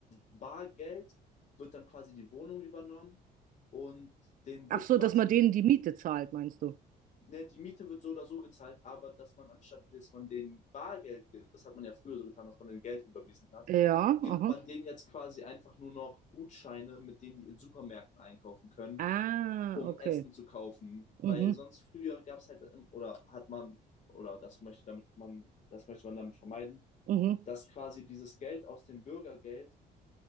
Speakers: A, on the left (about 45°); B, on the right (about 55°).
A: Bargeld, wird dann quasi die Wohnung übernommen und denen
B: Ach
A: wird
B: so,
A: quasi
B: dass man denen die Miete zahlt, meinst du?
A: ne, die Miete wird so oder so gezahlt, aber dass man anstatt, dass man denen Bargeld gibt, das hat man ja früher so getan, dass man denen Geld überwiesen hat,
B: Ja,
A: gibt
B: aha.
A: man denen jetzt quasi einfach nur noch Gutscheine, mit denen die in Supermärkten einkaufen können,
B: Ah,
A: um
B: okay.
A: Essen zu kaufen.
B: Mhm.
A: Weil sonst früher gab es halt, oder hat man, oder das möchte damit man, das möchte man damit vermeiden,
B: Mhm.
A: dass quasi dieses Geld aus dem Bürgergeld